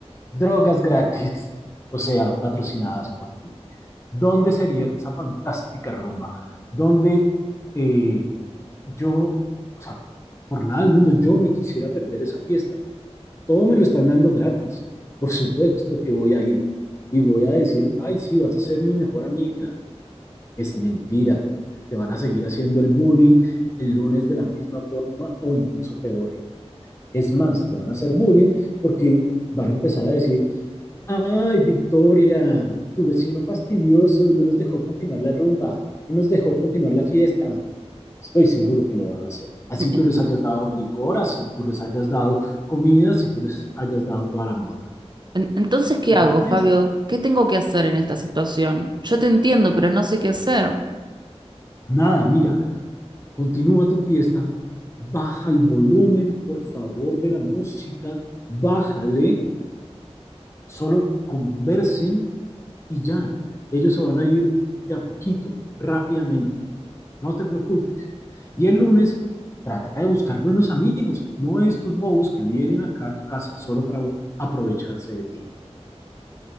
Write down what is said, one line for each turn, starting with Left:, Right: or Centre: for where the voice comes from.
Left: Drogas gratis, o sea, patrocinadas por ti. ¿Dónde sería esa fantástica rumba? Donde eh, yo, o sea, por nada del mundo yo me quisiera perder esa fiesta. Todo me lo están dando gratis. Por supuesto que voy a ir y voy a decir, ay, sí, vas a ser mi mejor amiga. Es mentira. Te van a seguir haciendo el bullying el lunes de la misma forma o incluso peor. Es más, te van a hacer bullying porque van a empezar a decir, ay, Victoria, tu vecino fastidioso no nos dejó continuar la rumba, no nos dejó continuar la fiesta. Estoy seguro que lo van a hacer. Así
Right: En-
Left: tú les hayas dado licor, así tú les hayas dado comida, así tú les hayas dado toda la mota.
Right: en- Entonces,
Left: Por
Right: ¿qué
Left: favor,
Right: hago,
Left: piensen.
Right: Fabio? ¿Qué tengo que hacer en esta situación? Yo te entiendo, pero no sé qué hacer.
Left: Nada, mira, Continúa tu fiesta, baja el volumen, por favor, de la música, bájale, solo conversen y ya. Ellos se van a ir de a poquito, rápidamente, no te preocupes. Y el lunes trata de buscar buenos amigos, no estos bobos que vienen acá a tu casa solo para aprovecharse de ti.